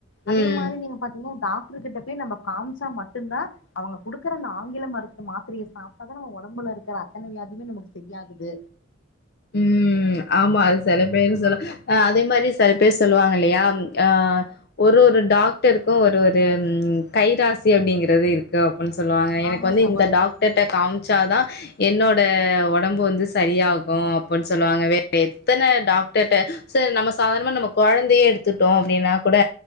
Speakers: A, on the left (about 75°); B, on the left (about 55°).
A: அதே
B: ம்
A: மாரி நீங்க பாத்தீங்னா டாக்டர் கிட்ட போயி நம்ம காம்சா மட்டுந்தா அவங்க குடுக் குற அந்த ஆங்கில மருந்து மாத்தரய சாப்ட்டாதா நம்ம ஒடம்புல இருக்குற அத்தன வியாதியுமே நமக்கு சரியாகுது
B: ம் ஆமா அது செல பேரு சொல் ஆ அதே மாரி செல பேர் சொல்லுவாங்கலையா ம் ஆ ஒரு ஒரு டாக்டருக்கு ஒரு ஒரு ம் கைராசி அப்டிங்கறது இரு க்கு அப்டினு சொல்லுவாங்க எனக்கு
A: ஆமா
B: வந்து
A: சகோதரி
B: இந்த டாக் டர்ட்ட காமிச்சாதா என்னோட ஒடம்பு வந்து சரியா கு அப்பன்னு சொல்லுவாங்க வே <inaudible> எத்தன டாக்டர்ட்ட சோ நம்ம சாதாரணமா நம்ம கொழந்தயே எடுத் த்துட்டோ அப்டின்னா கூட